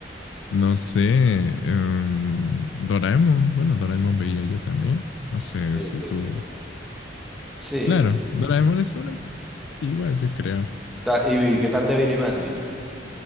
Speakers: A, on the left; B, in the centre.
A: no sé. em, Doraemon. Bueno, Doraemon veía yo también. No sé
B: Sí,
A: si
B: sí,
A: tú.
B: sí. Sí.
A: Claro, Doraemon es una de las antiguas, yo creo.
B: Ta- Y vi, ¿qué tal de Billy Mandy?